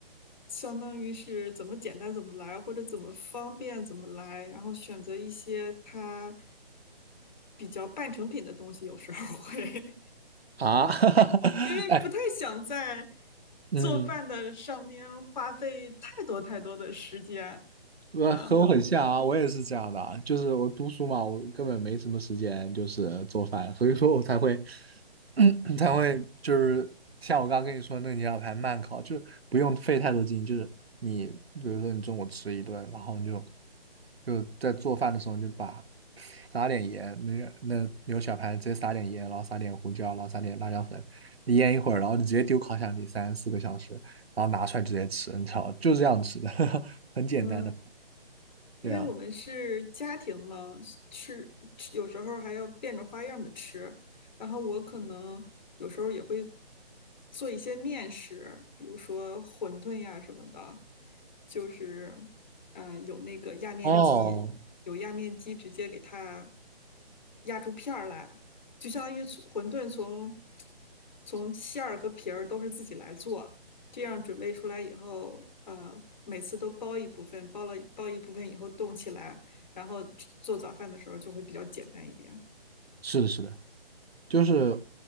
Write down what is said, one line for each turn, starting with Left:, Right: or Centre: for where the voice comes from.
Left: 相当于是怎么简单怎么来，或者怎么方便怎么来，然后选择一些它比较半成品的东西，有时候会
Right: 啊，<laughs>
Left: <laughs> 因为不太想在
Right: 哎，嗯，
Left: 做饭的上面花费太多太多的时间，
Right: 我和我很像啊，
Left: 然后。
Right: 我也是这样的啊就是我读书嘛，我根本没什么时间，就是做饭，所以说我才会 <clears throat> 才会就是像我刚刚跟你说那个牛小排慢烤，就是不用费太多劲，就是你比如说你中午吃一顿，然后你就就在做饭的时候你就把撒点盐，那个那牛小排直接撒点盐，然后撒点胡椒，然后撒点辣椒粉，腌一会儿，然后你直接丢烤箱里三四个小时，然后拿出来直接吃，你知道吗，就这样吃的，<laughs> 很简单的，
Left: 嗯，因为我们是家庭嘛，
Right: 对呀。
Left: 吃吃有时候还要变着花样的吃。然后我可能有时候也会做一些面食，比如说馄饨呀什么的，就是呃有那个压面机，
Right: 哦，
Left: 哦有压面机直接给它压出片儿来，就相当于馄饨从从馅儿和皮儿都是自己来做，这样准备出来以后，呃，每次都包一部分，包了包一部分以后冻起来，然后做早饭的时候就会比较简单一点。
Right: 是的，是的，就是